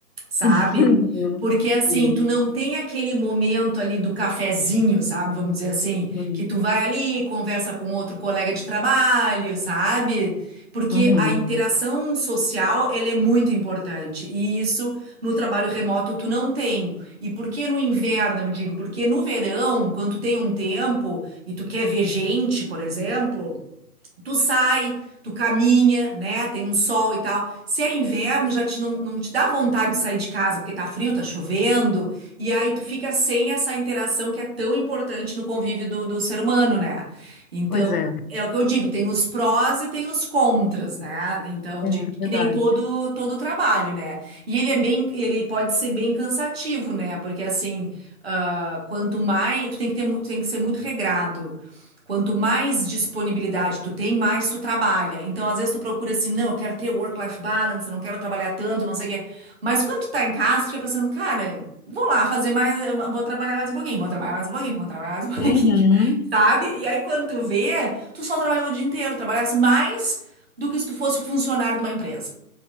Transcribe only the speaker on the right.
sabe?
Porque assim,
tu não tem aquele momento ali do cafezinho, sabe? Vamos dizer assim,
que tu vai ali, conversa com outro colega de trabalho, sabe? Porque
a interação social, ela é muito importante. E isso no trabalho remoto tu não tem. E por que no inverno, eu digo? Porque no verão, quando tu tem um tempo e tu quer ver gente, por exemplo, Tu sai, tu caminha, né? Tem um sol e tal. Se é inverno, já te, não, não te dá vontade de sair de casa porque tá frio, tá chovendo. E aí tu fica sem essa interação que é tão importante no convívio do, do ser humano, né? Então,
é o que eu digo, tem os prós e tem os contras, né? Então,
de,
que nem todo todo trabalho, né? E ele é bem, ele pode ser bem cansativo, né? Porque assim, ah, quanto mais, tu tem que ter, mu- tem que ser muito regrado. Quanto mais disponibilidade tu tem, mais tu trabalha. Então, às vezes tu procura assim, não, eu quero ter work-life balance, eu não quero trabalhar tanto, não sei o quê. Mas quando tu tá em casa, tu fica pensando, cara, vou lá fazer mais, vou trabalhar mais um pouquinho, vou trabalhar mais um pouquinho, vou trabalhar mais um <laughs> pouquinho,
sabe? E aí, quando tu vê, tu só trabalhou o dia inteiro, trabalhasse mais do que se tu fosse funcionário de uma empresa.